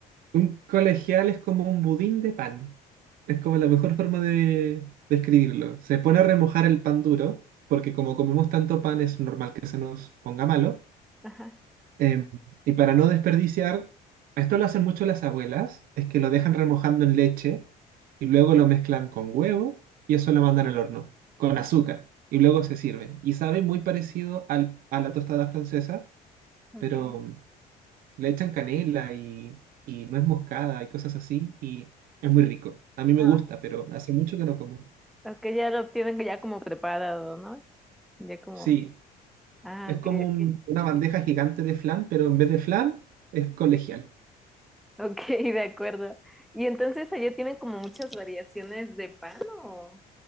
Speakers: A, on the right (about 60°); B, in the centre.
A: Un colegial es como un budín de pan. Es como la mejor forma de describirlo. Se pone a remojar el pan duro, porque como comemos tanto pan, es normal que se nos ponga malo.
B: Ajá,
A: Em, y para no desperdiciar, esto lo hacen mucho las abuelas, es que lo dejan remojando en leche y luego lo mezclan con huevo y eso lo mandan al horno, con azúcar, y luego se sirve. Y sabe muy parecido al, a la tostada francesa,
B: ok.
A: pero mm, le echan canela y, y nuez moscada y cosas así, y es muy rico. A mí me
B: Ah,
A: gusta, pero hace mucho que no como.
B: ok, ya lo tienen ya como preparado, ¿no? Ya como,
A: Sí,
B: ah,
A: es como
B: ok,
A: un-
B: ok.
A: una bandeja gigante de flan, pero en vez de flan es colegial.
B: Ok, <laughs> de acuerdo. Y entonces allá tienen como muchas variaciones de pan o,